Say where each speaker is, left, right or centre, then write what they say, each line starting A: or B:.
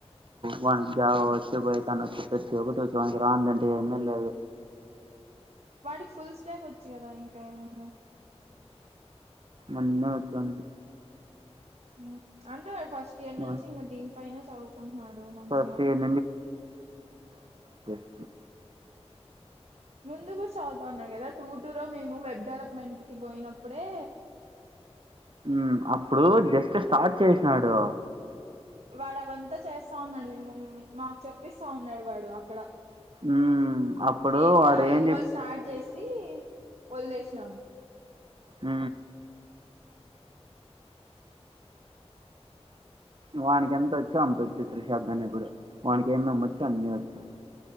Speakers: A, on the right; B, on the right.
A: వానికి జావా వచ్చు పైతాన్ వచ్చు ప్రతి ఒక్కటి వచ్చు వానికి రానిదంటు ఏమీ లేదు
B: వాడికి ఫుల్ స్టాక్ వచ్చు కదా ఇంకా ఏముంది
A: అన్ని వచ్చు వానికి
B: ఉ అంటే ఫస్ట్ ఇయర్ నుంచి
A: వానికి
B: ఇంకా దీనిపైనే చదువుకుంటున్నాడు మంచిగా
A: ఫస్ట్ ఇయర్ అ
B: ముందు కూడా చదువుతా ఉన్నారు కదా టూ టూ లో మేము వెబ్ డెవలప్మెంట్ కి పోయినప్పుడే
A: ఉమ్ అప్పుడు జస్ట్ స్టార్ట్ చేసినాడు
B: వాడు అవంతా చేస్తా ఉన్నాడు మిమమ్ మాకు చెప్పిస్తా ఉన్నాడు వాడు అక్కడ
A: మ్మ్ అప్పుడు
B: మేము కూడా
A: వాడు
B: ఐదు
A: ఏంది
B: రోజులు స్టార్ట్ చేస్ సి వదిలేసినాము
A: ఊ వానికి ఎంతోచ్చో, అంతొచ్చు. త్రిష కానీ ఇప్పుడు. వానికి ఏమేమొచ్చో అన్ని వచ్చు.